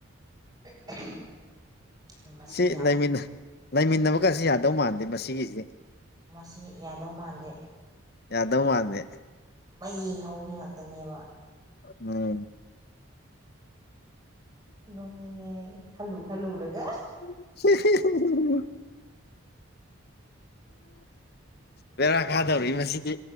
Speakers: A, on the right (about 20°); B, on the left (about 50°).
A: <unintelligible> ꯃꯁꯤ
B: ꯁꯤ
A: ꯌꯥꯏ
B: ꯂꯩꯃꯤꯟꯅ ꯂꯩꯃꯤꯟꯅꯕꯒꯥ ꯁꯤ ꯌꯥꯗꯧ ꯃꯥꯟꯗꯦ ꯃꯁꯤꯒꯤꯁꯤ
A: ꯃꯁꯤ ꯌꯥꯗꯧ ꯃꯥꯟꯗꯦ
B: ꯌꯥꯗꯧ ꯃꯥꯟꯗꯦ
A: ꯃꯩ ꯍꯧꯕꯤ ꯉꯥꯛꯇꯅꯦꯕ
B: ꯎꯝ
A: ꯅꯣꯛꯅꯤꯡꯉꯦ ꯑꯩ ꯈꯜꯂꯨ ꯈꯜꯂꯨꯔꯒ
B: <unintelligible> ꯕꯦꯔꯥ ꯀꯥꯗꯧꯔꯤ ꯃꯁꯤꯗꯤ